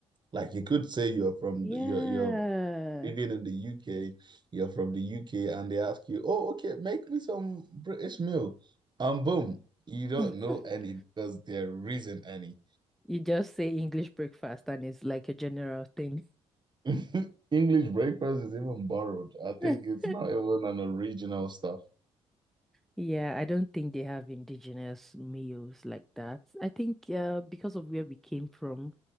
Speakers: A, on the right (about 30°); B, in the centre.
A: Like you could say you're from
B: Yeah.
A: the, you're you're even in the UK, you're from the UK, and they ask you, oh, okay, make me some British meal, and boom, you don't
B: <laughs>
A: know any because there isn't any.
B: You just say English breakfast and it's like a general thing.
A: <laughs> English breakfast is even borrowed. I
B: <laughs>
A: think it's not even an original stuff.
B: Yeah, I don't think they have indigenous meals like that. I think uh, because of where we came from.